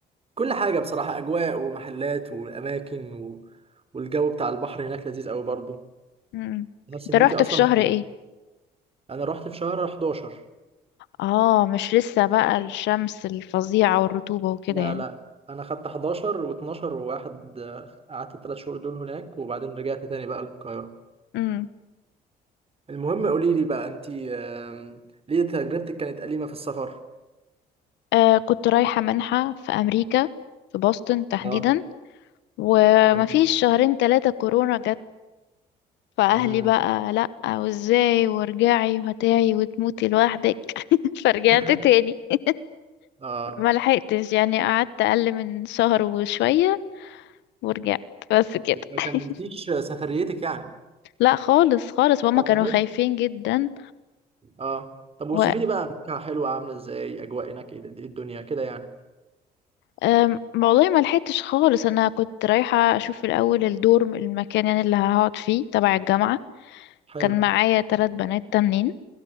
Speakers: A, on the right; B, on the left.
A: كل حاجه بصراحه اجواء ومحلات واماكن و... والجو بتاع البحر هناك لذيذ قوي برضو
B: امم
A: تحس
B: انت
A: ان
B: رحت
A: انت اصلا
B: في شهر
A: في...
B: ايه
A: انا رحت في شهر 11
B: اه مش لسه بقى الشمس الفظيعة والرطوبة وكده
A: لا
B: يعني
A: لا انا خدت 11 و12 وواحد آه، قعدت الثلاث شهور دول هناك وبعدين رجعت تاني بقى القاهره
B: امم
A: المهم قولي لي بقى انت آم، ليه تجربتك كانت أليمة في السفر؟
B: آه كنت رايحة منحة في امريكا في بoston تحديدا
A: اه
B: ومفيش
A: جميل
B: شهرين تلاتة كورونا جت فاهلي
A: امم
B: بقى لأ وازاي وارجعي وهتعي وتموتي لوحدك <laughs> فرجعت
A: <laughs>
B: تاني <laughs>
A: اه
B: ما لحقتش يعني قعدت اقل من شهر وشوية ورجعت بس كده
A: يبقى ما
B: <laughs>
A: كملتيش سفريتك يعني
B: لا خالص خالص ماما
A: طب
B: كانوا
A: عملت
B: خايفين جدا
A: اه طب وصفي
B: و
A: لي بقى امريكا حلوه عامله ازاي اجواء هناك ايه إيه الدنيا كده يعني
B: أم، والله ما لحقتش خالص انا كنت رايحه اشوف الاول الدور المكان يعني اللي هقعد فيه تبع الجامعه
A: حلو
B: كان معايا ثلاث بنات تانيين